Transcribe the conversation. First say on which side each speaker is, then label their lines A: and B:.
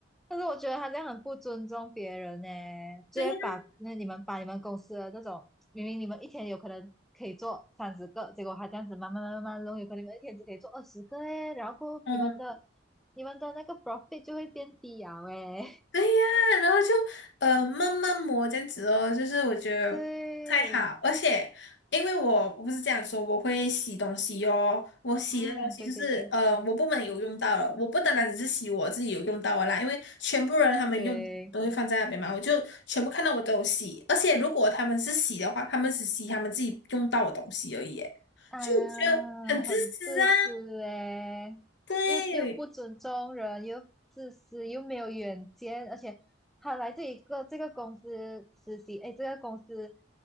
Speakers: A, in the centre; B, on the left.
A: 但是我觉得他这样很不尊重别人呢，就会把那你们把你们公司的那种，
B: 对呀，
A: 明明你们一天有可能可以做三十个，结果他这样子慢慢慢慢慢弄，有可能你们一天只可以做二十个诶，然后你们的你们的那个
B: 嗯。
A: profit 就会变低啊诶，
B: 对呀，然后就呃慢慢磨这样子哦，就是我觉得太好，
A: <laughs> 对，
B: 而且因为我我不是这样说，我会洗东西哦，我洗的东西就是呃我部门有用到了，
A: 嗯，对对对
B: 我不单单只是洗我自己有用到的啦，因为全部人他们用都会放在那边嘛，
A: 对。
B: 我就全部看到我都有洗，而且如果他们是洗的话，他们只洗他们自己用到的东西而已耶，
A: 啊，
B: 就我觉得很自私啊，
A: 很自私诶，
B: 对。
A: 又又不尊重人，又自私，又没有远见，而且他来这一个这个公司实习，诶，这个公司